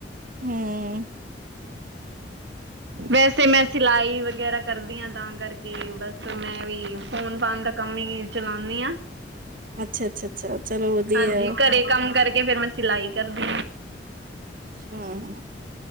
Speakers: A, on the right; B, on the right.
A: ਹਮ
B: ਵੈਸੇ ਮੈਂ ਸਿਲਾਈ ਵਗੈਰਾ ਕਰਦੀ ਹਾਂ ਤਾਂ ਕਰਕੇ ਬਸ ਮੈਂ ਵੀ ਫੋਨ -ਫਾਨ ਦਾ ਕੰਮ ਹੀ ਚਲਾਉਂਦੀ ਹਾਂ।
A: ਅੱਛਾ- ਅੱਛਾ -ਅੱਛਾ ਚਲੋ ਵਧੀਆ!
B: ਹਾਂਜੀ ਘਰੇ ਕੰਮ ਕਰਕੇ ਫਿਰ ਮੈਂ ਸਿਲਾਈ ਕਰਦੀ ਹਾਂ।
A: ਹਮ ਹੂੰ